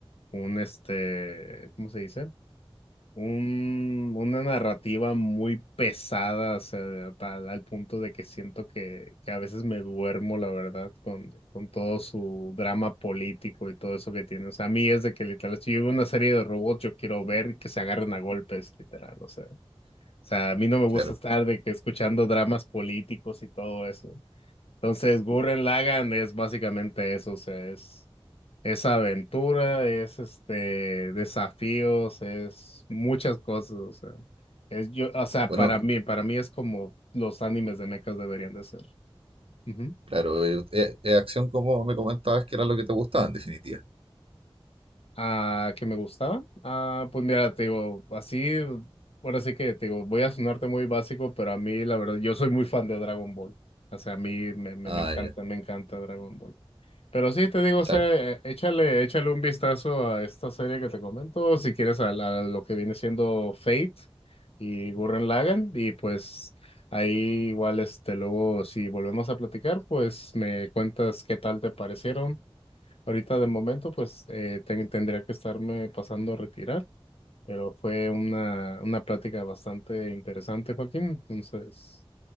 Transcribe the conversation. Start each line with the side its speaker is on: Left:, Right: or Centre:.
Left: un este, ¿cómo se dice? un- una narrativa muy pesada, o sea, tal, al punto de que siento que, que a veces me duermo, la verdad, con, con todo su drama político y todo eso que tiene. O sea, a mí es de que literal, si yo veo una serie de robots, yo quiero ver que se agarren a golpes, literal. O sea, o sea, a mí no me gusta
Right: Claro.
Left: estar de que escuchando dramas políticos y todo eso. Entonces, Gurren Lagann es básicamente eso, o sea, es. Es aventura, es este desafíos, es muchas cosas, o sea, es yo, o sea,
Right: Bueno,
Left: para mí, para mí es como los animes de mechas deberían de ser. Ujú.
Right: claro, eh, eh, eh, acción como me comentabas que era lo que te gustaba en definitiva.
Left: Ah, que me gustaba? Ah, pues mira, te digo, así, ahora sí que te digo, voy a sonarte muy básico, pero a mí la verdad, yo soy muy fan de Dragon Ball. O sea, a mí me, me,
Right: Ah,
Left: me encanta,
Right: ya,
Left: me encanta Dragon Ball. Pero sí, te digo, o
Right: claro.
Left: sea, eh, échale, échale un vistazo a esta serie que te comento, si quieres a, la- a lo que viene siendo Fate y Gurren Lagann, y pues ahí igual, este, luego si volvemos a platicar, pues me cuentas qué tal te parecieron. Ahorita de momento, pues eh, ten- tendría que estarme pasando a retirar, pero fue una, una plática bastante interesante, Joaquín, entonces,